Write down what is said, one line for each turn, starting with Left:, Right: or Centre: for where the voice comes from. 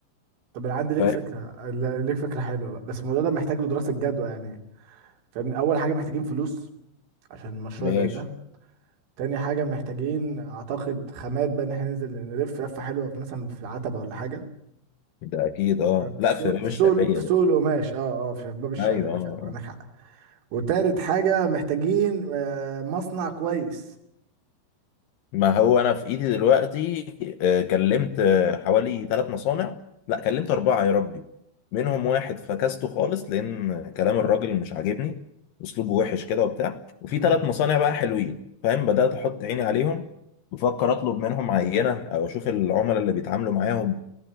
Right: طب انا عندي ليك
Left: فاهم
Right: فكرة ل- ليك فكرة حلوة بقى بس الموضوع ده محتاج له دراسة جدوى يعني فاهمني اول حاجة محتاجين فلوس عشان مشروع
Left: ماشي
Right: زي ده تاني حاجة محتاجين أعتقد خامات بقى إن إحنا ننزل نلف لفة حلوة في- مثلا في العتبة ولا حاجة
Left: ده اكيد اه لا
Right: في سوق
Left: في باب
Right: في
Left: الشعريه
Right: سوق في
Left: بقى.
Right: سوق القماش أه أه في باب الشعلية
Left: ايوه اه
Right: فعلا
Left: آه.
Right: عندك حق وتالت حاجة محتاجين آه، مصنع كويس
Left: ما هو انا في ايدي دلوقتي آه، كلمت آه، حوالي ثلاث مصانع لا كلمت اربعه يا ربي منهم واحد فكسته خالص لان كلام الراجل مش عاجبني اسلوبه وحش كده وبتاع وفي
Right: مم.
Left: ثلاث مصانع بقى حلوين فاهم بدات احط عيني عليهم بفكر اطلب منهم عينه او اشوف العملاء اللي بيتعاملوا معاهم